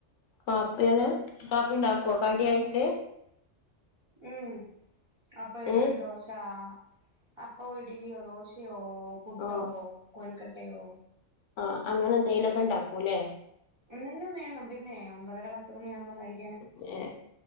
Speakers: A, on the left; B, on the right.
A: കാപ്പിയണ് കാപ്പിണ്ടാക്കോ കടിയായിട്ട്?
B: ഉം അപ്പം, ഇഡ്ലി,
A: ഏഹ്
B: ദോശാ അപ്പൊ ഇഡ്ലിയോ ദോശയോ പ്പോ പുട്ടോ
A: ആഹ്
B: കൊഴിക്കട്ടയോ
A: ആഹ് അങ്ങനെ എന്തേലൊക്കെ ഇണ്ടാക്കുല്ലേ
B: എന്തെങ്കിലും വേണം പിന്നെ ഒമ്പതര പത്ത് മണിയാവുമ്പോ കഴി
A: ഞ്ഹേ